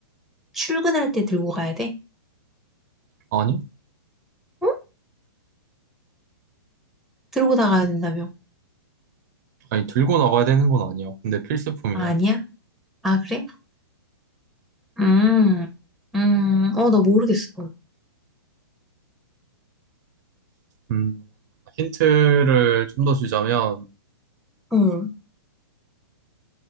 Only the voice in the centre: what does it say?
출근할 때 들고 가야 돼?
응? 들고 나가야 된다며?
아, 아니야? 아, 그래? 음, 음, 어, 나 모르겠어.
응.